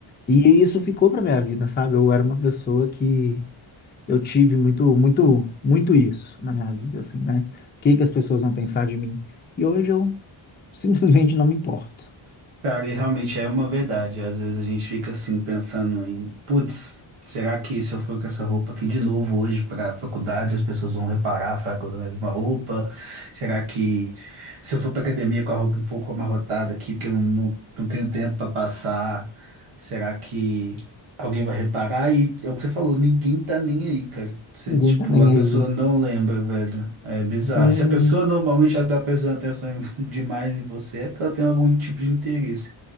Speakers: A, on the left; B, on the right.
A: E isso ficou pra minha vida, sabe? Eu era uma pessoa que. Eu tive muito, muito, muito isso na minha vida, assim, né? O que que as pessoas vão pensar de mim? E hoje eu <laughs> simplesmente não me importo.
B: Cara, e realmente é uma verdade. Às vezes a gente fica assim pensando em, putz, será que se eu for com essa roupa aqui de novo hoje para faculdade, as pessoas vão reparar, falar que eu uso a mesma roupa? Será que se eu for para academia com a roupa um pouco amarrotada aqui, porque eu não, não tenho tempo para passar, será que Alguém vai reparar e é o que você falou, ninguém tá nem aí, cara. Você,
A: Ninguém
B: tipo,
A: tá nem
B: a pessoa
A: aí.
B: não lembra, velho. É bizarro.
A: Sim,
B: Se a pessoa normalmente já tá prestando atenção em- <laughs> demais em você, é porque ela tem algum tipo de interesse.